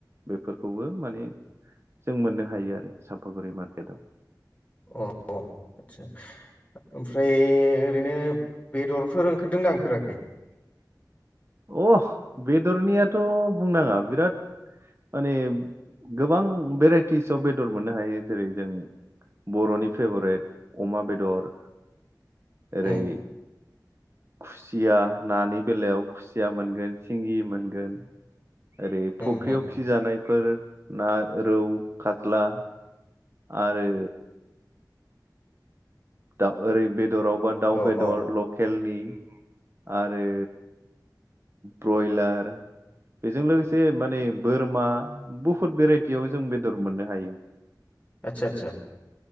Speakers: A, on the right (about 35°); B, on the left (about 20°).
A: बेफोरखौबो माने जों मोननो हायो आरो सापागुरि मार्केटआव।
B: अ अ आतसा ओमफ्राय ओरैनो बेदरफोर ओंखारदोंना ओंखाराखै
A: अह बेदरनियाथ' बुंनाङा बिराद माने गोबां भेराइटिसाव बेदर मोननो हायो जेरै जों बर'नि फेभरेट अमा बेदर, ओरै
B: उम
A: खुसि- या, नानि बेलायाव खुसिया मोनगोन सिंगि मोनगोन ओरै
B: उम
A: फुख्रियाव
B: उम
A: फिजानायफोर ना रौ खात्ला आरो दा ओरै बे दराव बा दाउ
B: अ
A: बेदर
B: अ
A: लकेलनि आरो ब्रयलार बेजों लोगोसे माने बोरमा बहुद भेराइटियाव जों बेदर मोननो हायो।
B: आतसा आतसा